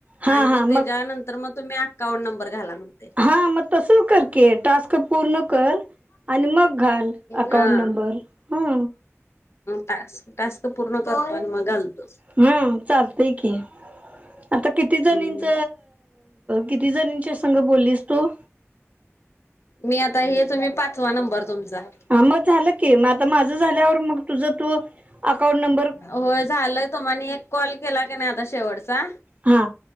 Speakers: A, on the right; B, on the left.
A: हा
B: आणि
A: हा
B: मग त्याच्यानं तर मग तुम्ही अकाउंट नंबर घाला म्हणतय.
A: हां मग तसं कर की टास्क पूर्ण कर, आणि मग घाल अकाउंट
B: हा.
A: नंबर हा.
B: टास्क टास्क पूर्ण करतो आणि मग घालतो.
A: हम्म चालतय की. आता किती जणीच
B: हम्म.
A: किती जणींच्या संघ बोललीस तू?
B: मी आता हे तुम्ही पाचवा नंबर तुमचा.
A: हा मग झालं की मग आता माझं झाल्यावर मग तुझं तू अकाउंट नम
B: हो झालंय तुम्हानी एक कॉल केला की नाय आता शेवटचा.
A: हा.